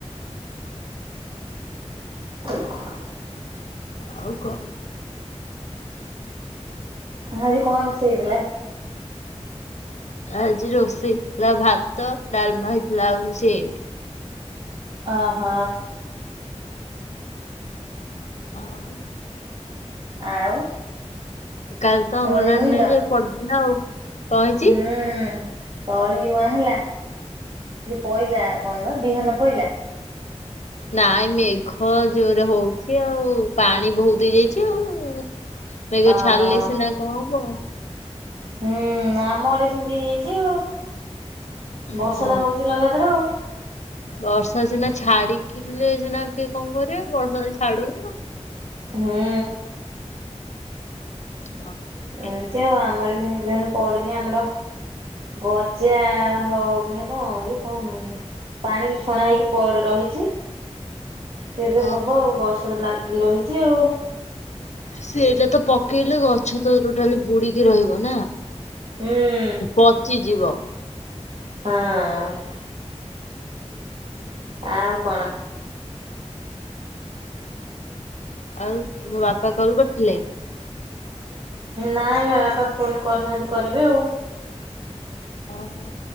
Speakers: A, on the right; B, on the left.
A: <unintelligible>
B: ହୋଉ କ
A: ହାଜି କଣ ରୋଷେଇ ହେଇଥିଲା?
B: ଆଜି ରୋଷେଇ ହେଇଥିଲା ଭାତ ଡ଼ାଲମା ହେଇଥିଲା ଆଉ କିଛି ହେଇନି।
A: ଅ ହ
B: <unintelligible>
A: ଆଉ।
B: କାଲି ତ
A: ତଳି
B: ଅଙ୍ଗନୱଡି
A: ରୋଇଲ?
B: ନାଇଁ ଯେ ପଢୁଥିଲା ଆଉ। କଣ ହେଇଛି
A: ହୁଁ ତଳି ଉଆଁ ହେଲା ସେ ପଇଲା କଣ ବା ବିହନ ପଇଲା।
B: ନାଇଁ ମେଘ ଜୋରରେ ହୋଉଚି ଆଉ ପାଣି ବୋହୁତ ହେଇଯାଇଚି ଆଉ। ମେଘ
A: ଓହୋ
B: ଛାଡିଲେ ସିନା କଁ ହବ।
A: ହୁଁ ଆମ ଆଡେ ସେମିତି ହେଇଯାଇଚି ଆଉ। ବର୍ଷା
B: ହୁଁ
A: ତ ହଉଛି ଲଗାତାର ଆଉ।
B: ବର୍ଷା ସିନା ଛାଡିକିଲେ ସିନା କିଏ କଣ କରିବେ ବର୍ଷା ତ ଛାଡୁନି ଆଉ।
A: ହଁ
B: <unintelligible>
A: ଏମିତି ଆଉ ଆମର ବି ବିହନ ପଡ଼ିନି ଆମର ଗଜା ହଉ ମାନେ କଁ ଯଉ କଣ ପାଣି ଛଣା ହେଇକି ପଇଡ ରହିଚି। କେବେ
B: ଓହୋ
A: ହବ ଆଉ ବର୍ଷା ତ ଲାଗିକି ରହିଛି ଆଉ।
B: ସେଟା ତ ପକେଇଲେ ଗଛ ତ ତୋଟାଲି ବୁଡିକି ରହିବ ନା।
A: ହୁଁ
B: ପଚିଯିବ।
A: ହଁ। ଆଉ କଣ?
B: ଆଉ ତୁମ ବାପା କଲ୍ କରିଥିଲେ?
A: ନାଇଁ ବା ବାପା ଫୋନ୍ କରିନାହାନ୍ତି କରିବେ ଆଉ।
B: ଓ ହୋ